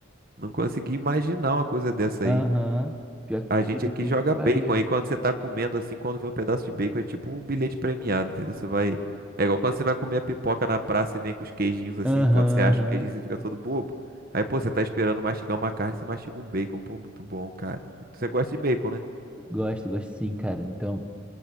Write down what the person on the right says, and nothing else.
não conseguia imaginar uma coisa dessa
aí.
A gente
aqui joga
bacon. Aí quando você tá comendo assim, quando vem um pedaço de bacon, é tipo um bilhete premiado, entendeu? Você vai. É igual quando você vai comer a pipoca na praça e vem com os queijinhos assim.
Quando você acha
o queijinho, você fica todo bobo. Aí, pô, você tá esperando mastigar uma carne, você mastiga um bacon. Pô, muito bom, cara. Você gosta de bacon, né?